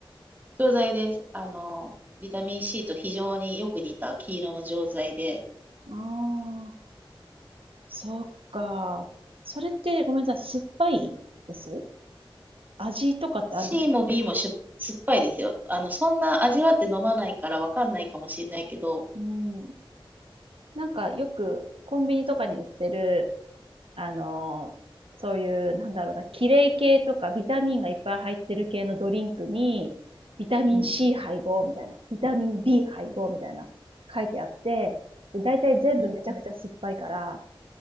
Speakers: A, on the right; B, on the right.
A: 錠剤です。あの、ビタミン C と非常によく似た黄色の錠剤で、
B: ああ、そっか。それってごめんなさい。酸っぱいです味とかってあるんですか
A: C も B もしゅ、酸っぱいですよ。あの、そんな味わって飲まないからわかんないかもしれないけど、
B: うん。なんかよくコンビニとかに売ってる、あの、そういう、なんだろうな、キレイ系とかビタミンがいっぱい入ってる系のドリンクに、ビタミン
A: うん、
B: C 配合みたいな、ビタミン B 配合みたいな、書いてあって、だいたい全部めちゃくちゃ酸っぱいから、
A: うん、